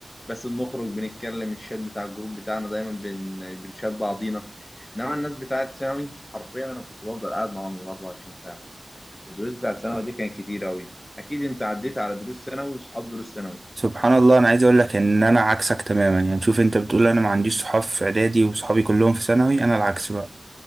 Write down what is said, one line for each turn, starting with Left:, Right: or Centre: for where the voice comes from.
Left: بس بنخرج بنتكلم الشات بتاع الجروب بتاعنا دايما بن... بنشات بعضينا انما الناس بتاعت ثانوي حرفيا انا كنت بفضل قاعد معاهم ال 24 ساعه الدروس بتاعت ثانوي دي كانت كتير قوي اكيد انت عديت على دروس ثانوي واصحاب دروس ثانوي
Right: سبحان الله انا عايز اقول لك ان انا عكسك تماما يعني شوف انت بتقول انا ما عنديش صحاب في اعدادي وصحابي كلهم في ثانوي انا العكس بقى